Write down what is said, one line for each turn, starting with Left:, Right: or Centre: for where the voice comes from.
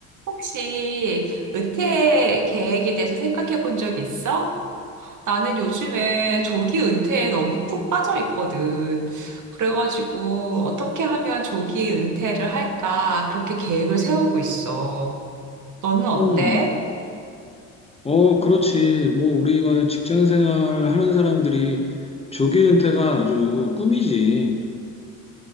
Right: 혹시 은퇴 계획에 대해서 생각해 본 적 있어? 나는 요즘에 조기 은퇴에 너무 푹 빠져 있거든. 그래가지고 어떻게 하면 조기 은퇴를 할까? 그렇게 계획을 세우고 있어. 너는 어때?
Left: 음, 어, 그렇지. 뭐, 우리가 직장 생활 하는 사람들이 조기 은퇴가 아주 꿈이지.